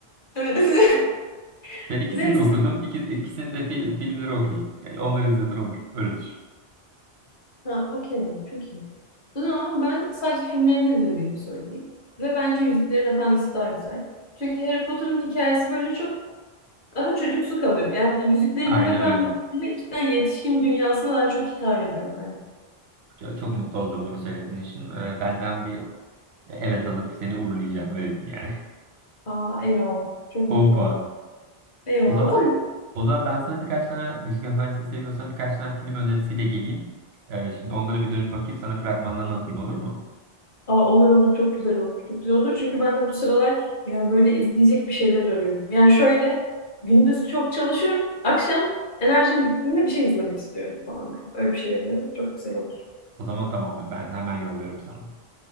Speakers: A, on the left; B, on the right.
A: Evet. <laughs>
B: Ben ikisini
A: Neyse.
B: de okudum. İki, ikisini de fil- filmleri okey. Yani onları izleten olur. Öyle düşün.
A: Ha, okey. Çok iyi. Ama ben sadece filmlerini izlediğimi söyleyeyim. Ve bence Yüzüklerin Efendisi daha güzel. Çünkü Harry Potter'ın hikayesi böyle çok daha çocuksu kalıyor. Yani Yüzüklerin
B: Aynen
A: Efendisi
B: öyle.
A: cidden yetişkin dünyasına daha çok hitap ediyor bence.
B: Çok, çok mutlu oldum bunu söylediğin için. Ee, benden bir evet alıp seni uğurlayacağım. Öyle diyeyim yani.
A: Aa eyvallah.
B: <laughs>
A: Çok mutlu
B: 10 puan.
A: oldum. Eyvallah.
B: O zaman o zaman ben sana birkaç tane Yüzük Efendisi seviyorsan birkaç tane film önerisiyle geleyim. Ee, şimdi onlara bir dönüp bakayım. Sana fragmanlarını atayım olur mu?
A: <laughs> Aa, olur olur çok güzel olur. Çok güzel olur. Çünkü ben de bu sıralar yani böyle izleyecek bir şeyler arıyorum. Yani şöyle gündüz çok çalışıyorum. Akşam enerjim bittiğinde bir şey izlemek istiyorum falan. Öyle bir şey arıyorum. Çok güzel olur.
B: O zaman tamamdır. Ben hemen yolluyorum sana.